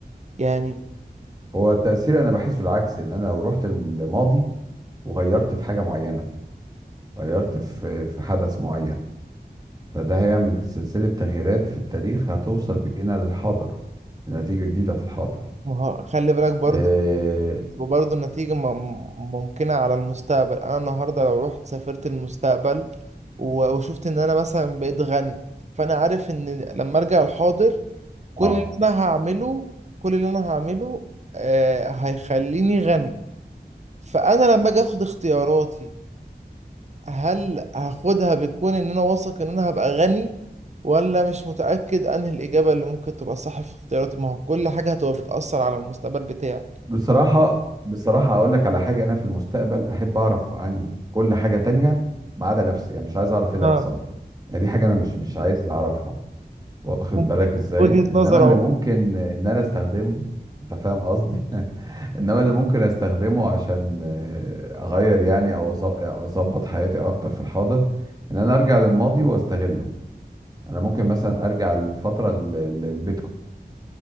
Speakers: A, on the right; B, on the right.
A: يعني
B: هو التأثير أنا بحسه العكس إن أنا لو رحت الماضي وغيرت في حاجة معينة غيرت في في حدث معين فده هيعمل سلسلة تغييرات في التاريخ هتوصل بينا للحاضر لنتيجة جديدة في الحاضر
A: ما هو- خلي بالك برضو
B: آه
A: وبرضه النتيجة م- ممكنة على المستقبل أنا النهاردة لو رحت سافرت المستقبل و- وشفت إن أنا مثلا بقيت غني فأنا عارف إن لما أرجع الحاضر كل
B: آه.
A: اللي أنا هعمله كل اللي أنا هعمله آه هيخليني غني فأنا لما أجي أخد اختياراتي هل هاخدها بيكون إن أنا واثق إن أنا هبقى غني ولا مش متأكد أنهي الإجابة اللي ممكن تبقى صح في اختياراتي ما هو كل حاجة هتبقى بتأثر على المستقبل بتاعي
B: بصراحة بصراحة أقول لك على حاجة أنا في المستقبل أحب أعرف عن كل حاجة تانية ما عدا نفسي يعني مش عايز أعرف إيه اللي
A: اه
B: هيحصل لي يعني دي حاجة أنا مش مش عايز أعرفها واخد
A: ممكن
B: بالك ازاي
A: وجهة
B: انما
A: نظر
B: اللي
A: أهو
B: ممكن ان انا استخدمه انت فاهم قصدي <laughs> انما اللي ممكن استخدمه عشان آه، اغير يعني او أظ- أو اظبط حياتي اكتر في الحاضر ان انا ارجع للماضي واستغله انا ممكن مثلا ارجع للفتره اللي اللي البيتكوين